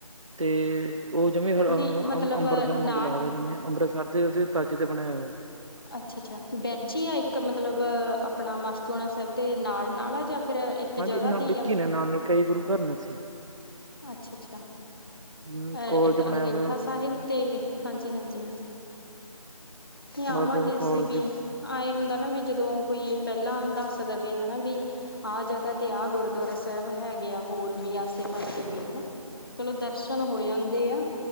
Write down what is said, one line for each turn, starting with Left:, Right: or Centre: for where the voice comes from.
Right: ਤੇ ਓ ਜਿਵੇਂ ਹ
Left: ਨਹੀਂ ਮਤਲਬ
Right: ਅਮਬਰਸਰ ਵਾਂਗ
Left: ਨਾਲ
Right: ਲੱਗਦਾ ਜਿਵੇਂ ਅੰਮ੍ਰਿਤਸਰ ਦੇ ਉਹਦੇ ਤਜ ਤੇ ਬਣਿਆ ਓ।
Left: ਅੱਛਾ-ਅੱਛਾ ਬੈਚ ਈ ਆ ਇੱਕ ਮਤਲਬ ਆਪਣਾ ਮਾਸਤੂਣਾ ਸਾਹਿਬ ਦੇ ਨਾਲ-ਨਾਲ ਆ ਜਾਂ ਫਿਰ ਇੱਕ
Right: ਹਾਂਜੀ
Left: ਜਗ੍ਹਾ
Right: ਨਾ
Left: ਤੇ
Right: ਵਿੱਚ
Left: ਈ ਆ ਮਤਲਬ
Right: ਹੀ ਨੇ ਨਾਲ ਨਾਲ ਕਈ ਗੁਰੂ ਘਰ ਇਥੇ
Left: ਅੱਛਾ-ਅੱਛਾ
Right: ਹਮ
Left: ਅਹ
Right: ਕਾਲਜ
Left: ਇੱਕ
Right: ਬਣਾਇਆ
Left: ਅੰਗਠਾ
Right: ਹੋਇਆ।
Left: ਸਾਹਿਬ ਤੇ ਇਹ ਹਾਂਜੀ- ਹਾਂਜੀ। ਤੇ ਆਵਾਂਗੇ
Right: ਬਾਬੇ ਦਾ
Left: ਅਸੀਂ
Right: ਕਾਲਜ
Left: ਵੀ ਆ ਇਹ ਹੁੰਦਾ ਨਾ ਵੀ ਜਦੋਂ ਕੋਈ ਪਹਿਲਾਂ ਦੱਸ ਦੇਵੇ ਹਨਾ ਵੀ ਆਹ ਜਗ੍ਹਾ ਤੇ ਆਹ ਗੁਰਦੁਆਰਾ ਸਾਹਿਬ ਹੈਗੇ ਆ ਹੋਰ ਵੀ ਆ। ਪਾਸੇ ਵੀ ਹਨਾ ਚਲੋ ਦਰਸ਼ਨ ਹੋ ਆਂਦੇ ਆ।